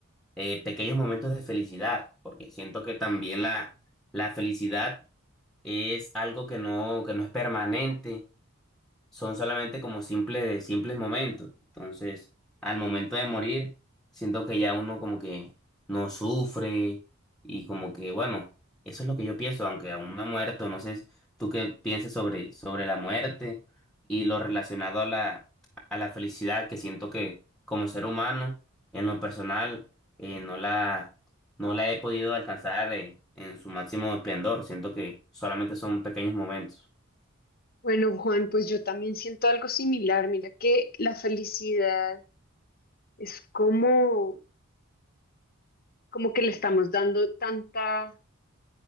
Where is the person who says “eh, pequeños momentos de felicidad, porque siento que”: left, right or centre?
Centre